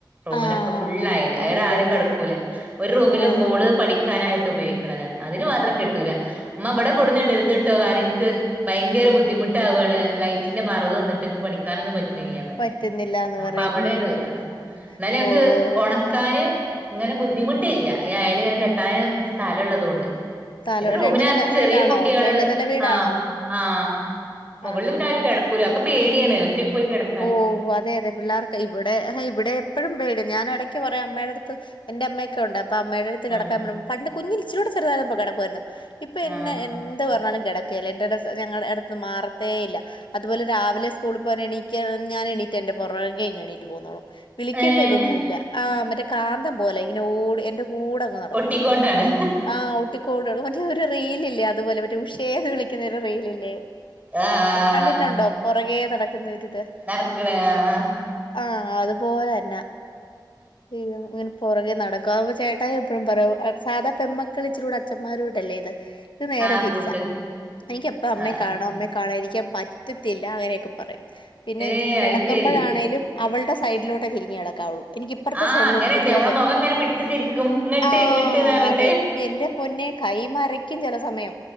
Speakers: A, on the right; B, on the left.
A: റൂമിലൊക്കെ
B: ആഹ്
A: ഫുള്ളയില
B: അങ്ങനെ
A: അടെ
B: ഇടുവല്ലേ
A: ആരും കിടക്കൂല ഒരു റൂമില്
B: ഓഹ്
A: മോള്
B: ഓഹ് ഓഹ്
A: പഠി ക്കാനായിട്ട് ഉപയോഗിക്ക്ണതാണ് അതില് മാത്രം കെട്ടൂല മ്മ ഇവിടെ കൊടുന്ന് ഇടരുത്ട്ടോ കാരണം എനിക്ക് ഭയങ്കര ബുദ്ധിമുട്ടാവാണ് ലൈറ്റിന്റെ മറവ് വന്നിട്ട് ഇൻക്ക് പഠിക്കാനൊന്നും പറ്റ്ണില്ലന്ന് പറയും
B: പറ്റുന്നില്ലാന്ന്
A: അപ്പൊ
B: പറയും
A: അവിടെ
B: ഉം
A: ഇടൂല
B: ഉം
A: എന്നാലും ഞങ്ങക്ക്
B: ഓഹ് ഓഹ് ഓഹ്
A: ഒണ ക്കാന് ഇങ്ങനെ ബുദ്ധിമുട്ടില്ല ഈ അയല് ഇങ്ങനെ കെട്ടാന് സ്ഥലം ഉള്ളതുകൊണ്ട്
B: തല
A: ഇത് റൂമിനകത്ത്
B: രണ്ട് നില
A: ചെറിയ
B: വീടാണോ
A: കുട്ടികള്
B: രണ്ട് നില വീടാണോ
A: ആഹ് ആഹ് മൊകളല്
B: ആഹ്
A: പിന്നാരും
B: ആഹ്
A: കെടക്കൂല ഒക്കെ പേടിയാണ് ഒറ്റയ്ക്ക് പോയി കിടക്ക
B: ഓഹ് അതെ അതെ പിള്ളേർക്ക് ഇവിടെ ഇവിടെ എപ്പോഴും പേടിയ ഞാൻ ഇടക്ക് പറയും അമ്മയുടെ അടുത്ത് എന്റെ അമ്മയൊക്കെ ഉണ്ട് അപ്പ അമ്മയുടെ അടുത്ത് കെടക്കാൻ
A: ആഹ്
B: പണ്ട് കുഞ്ഞി ഇചിരികൂടെ ചെറുതായിരുന്നപ്പൊ കടക്കുവായിരുന്നു ഇപ്പൊ എന്നെ
A: ആഹ്
B: എന്ത് പറഞ്ഞാലും കിടക്ക ല്ലേ എന്റെ ഞങ്ങളുടെ അടുത്ത് മാറത്തേ ഇല്ല അതുപോലെ രാവിലെ സ്കൂളിൽ പോകാന് എണീ ഞാൻ എണീട്ട് എന്റെ പുറകെ ഇങ് എണീട്ട് പോന്നോളും വിളിക്കേണ്ട
A: ഏഹ്
B: ഇതൊന്നുല്ല ആഹ് മറ്റേ കാന്തം പോലെ ഇങ്ങനെ ഓട് എന്റെ കൂടെ അങ്ങ് നട
A: ഒട്ടികൊണ്ടാണ്
B: ആഹ് <unintelligible> മറ്റേ ഒരു റീലില്ലേ അതുപോലെ മറ്റേ ഉഷേന്ന് വിളിക്കുന്ന ഒരു റീലില്ലേ
A: ആഹ്
B: കണ്ടിട്ടുണ്ടോ പുറകേ നടക്കുന്നരിത്
A: നടക്കണ ആഹ്
B: ആഹ് അതുപോലെ തന്നാ ഇങ്ങനെ പുറകെ നടക്കും ചേട്ടായി എപ്പഴും പറയും സാധാ പെന്മക്കള് ഇച്ചിരി കൂടെ അച്ചന്മാരോടല്ലേ ഇത് ഇത് നേരെ
A: ആഹ്
B: തിരിച്ച
A: കൂട്ട്
B: എനിക്ക് എപ്പ അമ്മയെ
A: ആഹ്
B: കാണണം
A: ആഹ്
B: അമ്മയെ കാണാതിരിക്കാൻ പറ്റ റ്റത്തില്ല അങ്ങനെയൊക്കെ പറയും പിന്നെ
A: ഏയ്
B: കിടക്കുമ്പോഴാണേലും
A: അത് ശരി
B: അവളുടെ സൈഡിലോട്ടേ തിരിഞ്ഞ്കടക്കാവുള്ളൂ എനിക്ക് അപ്പറത്തെ
A: ആഹ്
B: സൈഡിലോട്ട്
A: അങ്ങനെണ്ട്
B: തിരിയാൻ
A: നമ്മളെ
B: പറ്റ
A: മുഖം ഇങ്ങനെ പിടിച്ച് തിരിക്കും ഇങ്ങട്ട്
B: ആഹ്
A: ഇങ്ങട്ട്ന്ന് പറഞ്ഞിട്ട്
B: അതെ എന്റെ പൊന്നെ കൈ മറി ക്യും ചെല സമയം